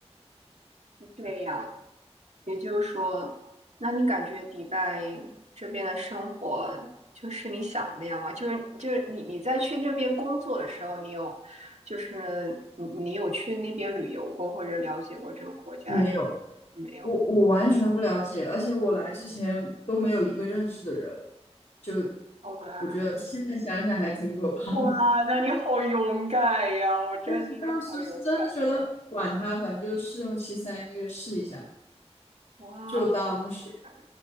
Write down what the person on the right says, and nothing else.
是这样。也就是说，那你感觉迪拜这边的生活就是你想的那样吗？就是就是你你在去这边工作的时候，你有就是你你有去那边旅游过或者了解过这个国家
没有？
哦，哇
哇，
那你好勇敢呀！我真的觉得你好勇敢，
哇，
好厉害！